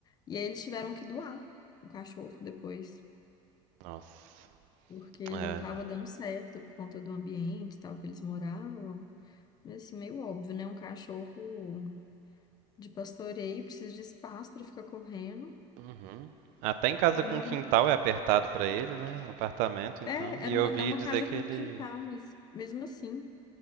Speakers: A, on the left (about 30°); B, on the right (about 65°).
A: E aí eles tiveram que doar o cachorro depois.
B: Nossa.
A: porque ele
B: É.
A: não estava dando certo por conta do ambiente e tal que eles moravam. Mas assim, meio óbvio, né? Um cachorro de pastoreio precisa de espaço para ficar correndo.
B: Uhum. Até em casa
A: Foi
B: com
A: morar-
B: quintal é apertado pra ele, né? Um apartamento, então.
A: É,
B: E
A: era
B: eu
A: uma,
B: ouvi
A: é uma
B: dizer
A: casa
B: que
A: com
B: ele
A: quintal, mas mesmo assim.